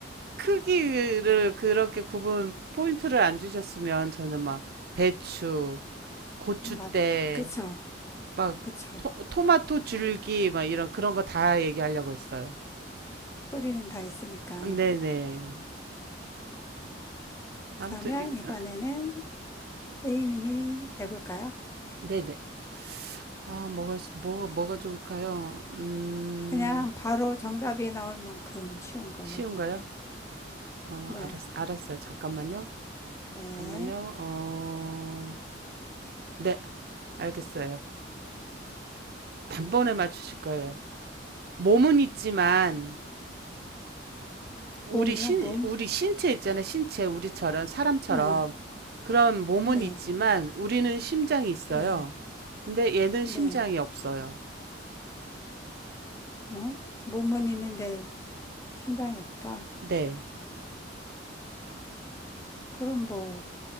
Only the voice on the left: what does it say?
맞, 그쵸,
그쵸.
뿌리는 다 있으니까.
그러면
이번에는 A님이 내볼까요?
그냥 바로 정답이 나올 만큼 쉬운 걸로.
네,
네.
몸이요,
몸?
네,
네,
네,
네.
어? 몸은 있는데 심장이 없다?
그럼 뭐,